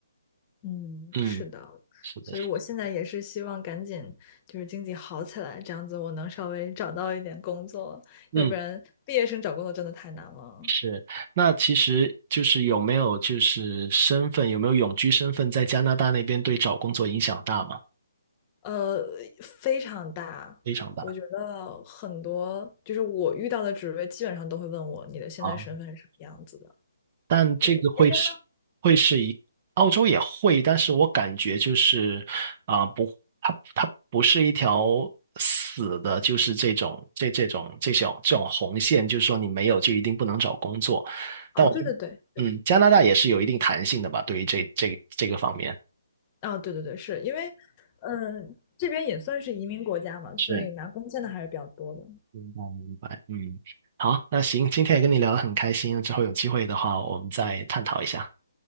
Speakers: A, on the left; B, on the right.
A: 嗯，
B: 嗯，
A: 是的，
B: 是的，
A: 所以我现在也是希望赶紧就是经济好起来，这样子我能稍微找到一点工作，
B: 嗯，
A: 要不然毕业生找工作真的太难了。
B: 是。那其实就是有没有就是身份，有没有永居身份，在加拿大那边对找工作影响大吗？
A: 呃，非常大。
B: 非常大。
A: 我觉得很多就是我遇到的职位，基本上都会问我你的现在身份是什么样子的。
B: 啊。但这个会是会是一，
A: 对，你那边
B: 澳洲也会，但是我感觉就是啊、不，它它不是一条死的，就是这种这这种这种这种红线，就是说你没有就一定不能找工作。
A: 啊，
B: 但我就
A: 对对对对，
B: 嗯，加拿大也是有一定弹性的吧，对于这这这个方面
A: 啊，对对对，是因为，嗯、这边也算是移民国家嘛，
B: 是
A: 所以拿工签的还是比较多的。
B: 明白明白，嗯，好，那行，今天也跟你聊得很开心，之后有机会的话我们再探讨一下。